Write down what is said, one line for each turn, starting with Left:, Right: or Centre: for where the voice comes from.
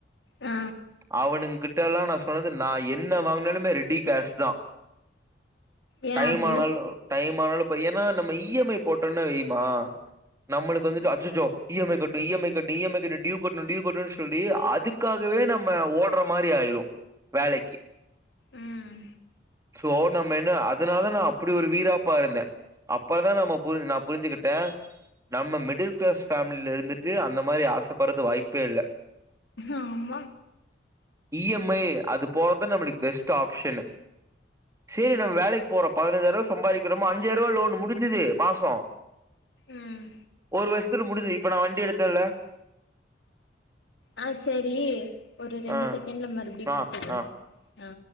Left: ஆ
Right: அவனுங்கிட்ட எல்லா நா சொன்னது நா என்ன வாங்குனாலுமே ரெடி கேஷ் தா
Left: ஏ
Right: டைமானாலு
Left: அப்டி
Right: டைம் ஆனாலு இப்ப ஏனா நம்ம இ எம் ஐ போட்டம்னா வெய்மா நம்மளுக்கு
Left: ம்
Right: வந்துட்டு அச்சச்சோ இ எம் ஐ கட்ணு இ எம் ஐ கட்ணு இ எம் ஐ கட்ணு ட்யூ கட்ணு ட்யூ கட்ணுன் சொல்லி அதுக் காகவே நம்ம ஓட்ற மாரி ஆய்ரு வேலைக்கி
Left: ம்
Right: சோ நம்ம என்ன அதுனால தா நா அப்டி ஒரு வீராப்பா இருந்தே அப்பறந்தா நம்ம புரி நா புரிஞ்சிகிட்டே நம்ம மிடில் கிளாஸ் ஃபேம்லில இருந்துட்டு அந்த மாரி ஆசப்பட்றது வாய்ப்பே இல்ல
Left: ஆம்
Right: இ எம் ஐ அது போறது நம்மளுக் பெஸ்ட்டு ஆப்ஷனு சேரி நம்ம வேலைக் போறோ பதினஞ்சாய்ர்ருவா சம்பாரிக்கறோமா அஞ்சாய்ர்ருவா லோனு முடிஞ்சிது மாசோ
Left: ம்
Right: ஒரு வர்ஷத்துல முடிஞ்சிது இப்ப நா வண்டி எடுத்தல்ல
Left: ஆ சேரி ஒரு ரெண்டு
Right: ஆ
Left: செகண்ட்ல மறுபடியு
Right: ஆ
Left: கூப்பிட்றே
Right: ஆ
Left: ஆ